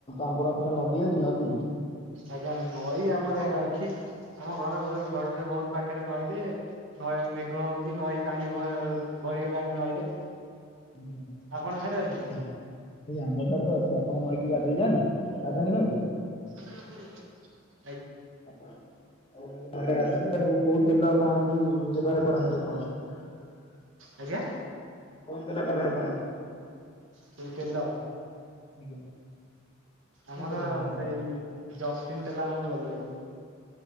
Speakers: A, on the left; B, on the right.
A: ଆପଣଙ୍କର ନଦୀ ଅଛି ନଦୀ?
B: ଆଜ୍ଞା ନଈ ଆମର ଆଡେ ଅଛି ଆମ ଘର ଘରଠାରୁ ବହୁତ ପାଖରେ ନଈ ଟେ। ନଈ ମେଘ ହଉଛି ନଈ ପାଣି ଭ ଭରିଗଲାଣି ନଈରେ।
A: ଉଁ ହୁଁ।
B: ଆପଣ ସିଆଡ଼େ ଅଛି ନା?
A: ଆଜ୍ଞା ଏଇ ଆମ <unintelligible> ତ ଅଛି ଆପଣ ନଈକି ଗାଧେଇଯାଆନ୍ତି ଗାଧାନ୍ତି ନାହିଁ କି?
B: ରଖି ରଖି <unintelligible>
A: ଆଉ ବାଡ଼ିଆ ଡାଲି ଆଉ କୋଉ ତେଲ କଣ କି ବେପାର କରନ୍ତି ଆପଣ?
B: ଆଜ୍ଞା
A: କୋଉ ତେଲ ବ୍ୟବହାର କରନ୍ତି?
B: ଯୋଉ ତେଲ
A: ଆଜ୍ଞା।
B: ଆମର
A: କୋଉ ତେଲ ବ୍ୟବହାର
B: ସେଇ
A: କରନ୍ତି?
B: ଯଶମିନ ତେଲ ଆମକୁ ଭଲଲାଗେ।